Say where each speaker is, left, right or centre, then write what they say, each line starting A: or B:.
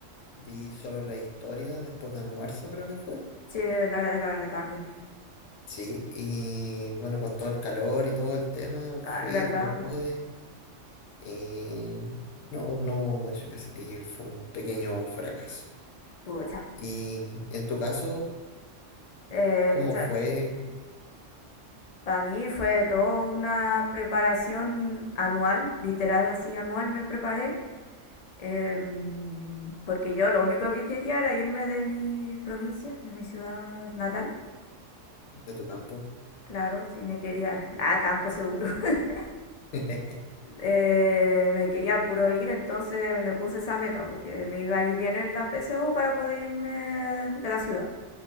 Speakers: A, on the left (about 85°); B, on the left (about 55°).
A: Di solo la de historia después del almuerzo, creo que fue.
B: Sí, era, era la tarde.
A: Sí, y bueno, con todo el calor y todo el tema, fui
B: Ah, ¿verdad?
A: como pude. Y no, no hubo mucho que hacer y fue un pequeño fracaso.
B: Pucha.
A: Y en tu caso,
B: Eh,
A: ¿cómo
B: pucha.
A: fue
B: Para mí fue toda una preparación anual, literal, así anual me preparé. em, porque yo lo único que quería era irme de mi provincia, de mi ciudad natal.
A: de tu campo?
B: Claro, sí me quería, <laughs> a campo seguro. <laughs>
A: <laughs>
B: Eh, me quería puro ir, entonces me puse esa meta, porque me iba a ir bien en la PSU para poder irme de la ciudad.